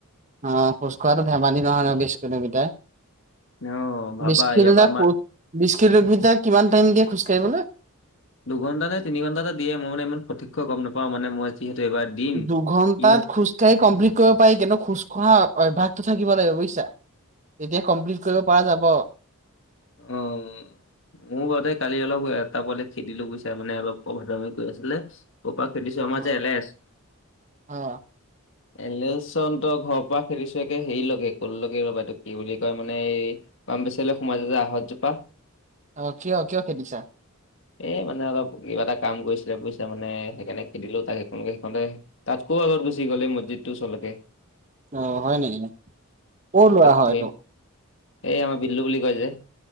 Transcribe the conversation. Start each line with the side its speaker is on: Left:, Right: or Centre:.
Right: অ খোজকঢ়াটো ধেমালি নহয় নহয় বিশ কিলোমিটাৰ।
Left: অ' ভাবা
Right: বিশ কিলোমিটাৰ
Left: ইয়াৰ পৰা আমাৰ
Right: খোজ বিশ কিলোমিটাৰ কিমান টাইম দিয়ে খোজকাঢ়িবলৈ।
Left: দুঘণ্টা নে তিনিঘণ্টা এটা দিয়ে মই মানে ইমান সঠিক কৈ গম নাপাওঁ মানে মই। যিহেতু এইবাৰ দিম।
Right: দুঘণ্টাত
Left: কি হ'ল
Right: খোজ কাঢ়ি কমপ্লিট কৰিব পাৰি কিন্তু খোজকঢ়া অভ্যাসটো থাকিব লাগিব বুজিছা। তেতিয়া কমপ্লিট কৰিব পৰা যাব।
Left: উম! মোৰ বাৰুতে কালি অলপ এটা পোৱালিক খেদিলো বুজিছা মানে অলপ অভদ্ৰামি কৰি আছিলে। ক'ৰ পৰা খেদিছো আমাৰ
Right: অ',
Left: যে এলেচ।
Right: অ',
Left: এলেচনহঁতৰ ঘৰ পৰা খেদিছো একে হেৰি লৈকে ক'লৈকে এইটো ৰ'বা কি বুলি কয় মানে এই ফাৰ্মাচাৰী সোমাই যায় যে আহঁত জোপা।
Right: অ কিয় কিয় খেদিছা?
Left: এই মানে অলপ কিবা এটা কাম কৰিছিলে বুজিছা মানে সেইকাৰণে খেদিলো তাক সেইখনোতে সেইখনঁতে। তাতকৈ আগত গুচি গ'ল এই মছজিদটোৰ ওচৰলৈকে।
Right: অ হয় নেকি, কৰ ল'ৰা। হয়
Left: ধে
Right: এইটো?
Left: এই আমাৰ বিল্লু বুলি কয় যে।